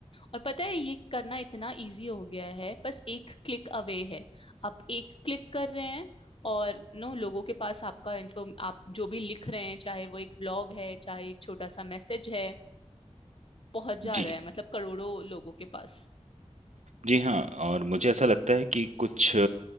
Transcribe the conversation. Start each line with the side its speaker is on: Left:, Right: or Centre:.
Left: और पता है ये करना इतना इजी हो गया है बस एक क्लिक अवे है आप एक क्लिक कर रहे हैं और नो लोगों के पास आपका इन्फॉर्म आप जो भी लिख रहे हैं चाहे वो एक ब्लॉग है चाहे एक छोटा सा मैसेज है पहुंच जा
Right: जी
Left: रहा है मतलब करोड़ों लोगों के पास
Right: जी हाँ, और मुझे ऐसा लगता है कि कुछ अ,